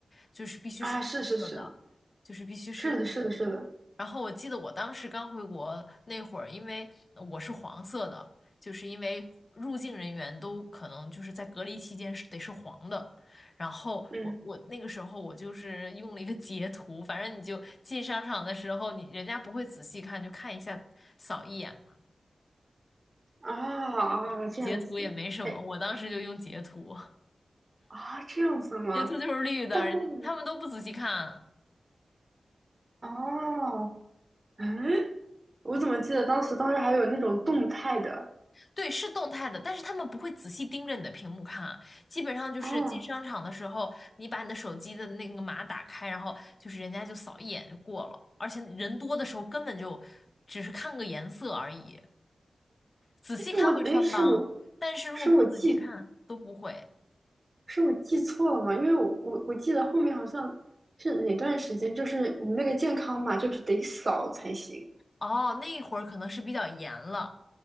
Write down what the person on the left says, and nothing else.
就是必须是绿色的，
就是必须是绿色的。
然后我记得我当时刚回国那会儿，因为我是黄色的，就是因为入境人员都可能就是在隔离期间是得是黄的。然后我我那个时候我就是用了一个截图，
反正你就进商场的时候，你人家不会仔细看，就看一下扫一眼嘛，
用截图也没什么。
我当时就用截图，
截图就是绿的，
人家他们都不仔细看。
对，是动态的，但是他们不会仔细盯着你的屏幕看啊基本上就是进商场的时候，
你把你的手机的那个码打开，然后就是人家就扫一眼就过了，而且人多的时候根本就只是看个颜色而已，仔细看会穿帮，
但是如果不仔细看都不会。
哦，那会儿可能是比较严了，